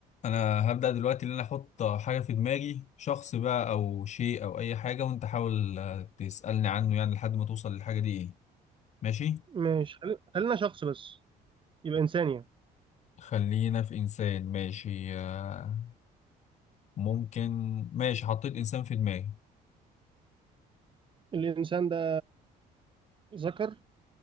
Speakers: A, on the left; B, on the right.
A: انا هبدأ دلوقتي ان انا احط حاجة في دماغي شخص بقى او شيء او اي حاجة وانت حاول آه، تسألني عنه يعني لحد ما توصل للحاجة دي ايه ماشي
B: ماشي خل- خلينا شخص بس يبقى إنسان يعني
A: خلينا في انسان ماشي آه، ممكن ماشي حطيت انسان في دماغي
B: الإنسان ده ذكر